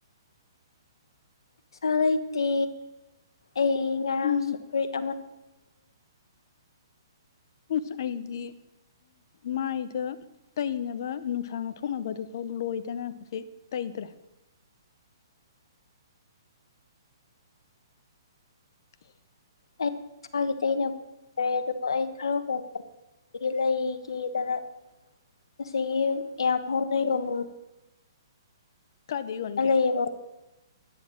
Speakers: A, on the left; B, on the left.
A: ꯄꯩꯁꯥ ꯂꯩꯇꯦ ꯑꯩ ꯉꯔꯥꯡꯎ
B: ꯎꯝ
A: ꯐꯨꯔꯤꯠ ꯑꯃ <unintelligible>
B: ꯎꯁ ꯑꯩꯗꯤ ꯃꯥꯏꯗ ꯇꯩꯅꯕ ꯅꯨꯡꯁꯥ ꯉꯥꯛꯊꯣꯛꯅꯕꯗꯨꯐꯥꯎ ꯂꯣꯏꯗꯅ ꯍꯧꯖꯤꯛ ꯇꯩꯗ꯭ꯔꯦ <unintelligible>
A: ꯑꯩ ꯏꯁꯥꯒꯤ ꯇꯩꯅꯕ <unintelligible> ꯑꯩ ꯈꯔ ꯍꯣꯡꯕ ꯂꯩꯈꯤꯗꯅ ꯑꯁꯤꯒꯤ ꯌꯥꯝ ꯍꫭꯡꯅ ꯌꯣꯟꯕꯝ
B: ꯀꯥꯏꯗ ꯌꯣꯟꯒꯦ
A: ꯂꯩꯌꯦꯕ